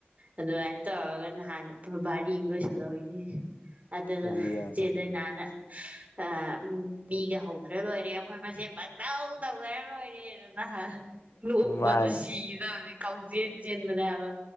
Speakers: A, on the right; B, on the left.
A: ꯑꯗꯨꯃꯥꯏꯅ ꯇꯧꯔꯒ ꯅꯍꯥꯟꯅ ꯚꯥꯔꯤ ꯑꯃ ꯂꯣꯏꯁ ꯂꯣꯢꯅꯤ ꯑꯗꯨꯒ
B: ꯑꯗꯨꯗꯤ ꯌꯥꯔꯕ
A: ꯆꯦꯗꯏꯅꯥꯅ ꯑ ꯃꯤꯒ ꯍꯧꯗ꯭ꯔ ꯂꯣꯏꯔꯦ ꯑꯩꯈꯣꯏ ꯃꯁꯦꯟ ꯄꯪꯇꯧ ꯇꯧꯅꯔ ꯂꯣꯏꯔꯦ ꯑꯗꯨ ꯅꯍ ꯅꯣꯛꯄꯗꯨ
B: ꯃꯥꯅꯦ
A: ꯁꯤꯒꯦ ꯇꯧꯋꯦ ꯀꯥꯎꯖꯦꯟ ꯆꯦꯟꯕꯅꯦ ꯍꯥꯏꯕ